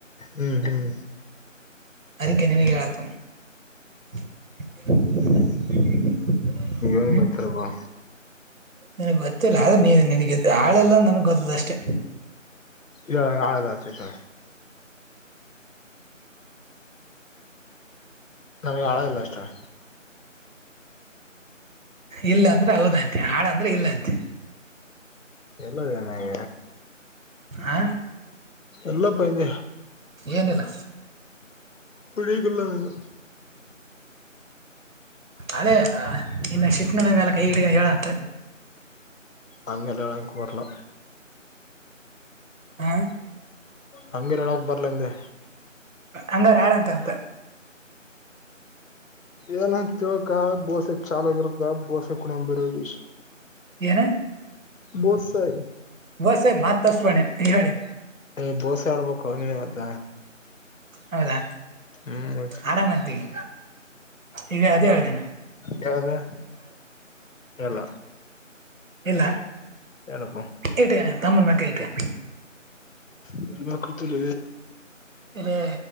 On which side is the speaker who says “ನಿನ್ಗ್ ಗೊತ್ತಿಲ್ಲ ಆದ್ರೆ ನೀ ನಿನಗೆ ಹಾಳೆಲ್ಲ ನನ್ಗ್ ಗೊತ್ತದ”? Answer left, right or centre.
Right